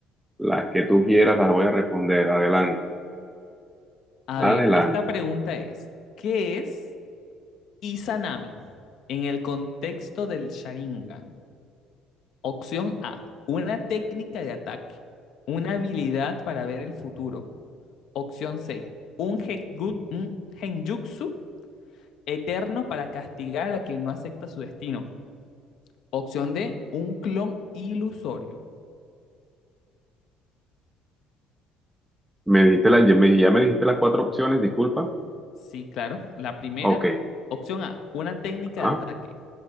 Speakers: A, in the centre; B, on the left (about 55°).
A: Las que tú quieras las voy a responder. Adelante,
B: A
A: adelante.
B: ver, esta pregunta es, ¿qué es Izanami en el contexto del Sharingan? Opción A, una técnica de ataque, una habilidad para ver el futuro. Opción C, un genjutsu un Henjutsu eterno para castigar a quien no acepta su destino. Opción D, un clon ilusorio.
A: Me dijiste la, ya me, ya me dijiste las cuatro opciones, disculpa.
B: Sí, claro. La primera,
A: Ok,
B: opción A, una técnica
A: ajá,
B: de ataque.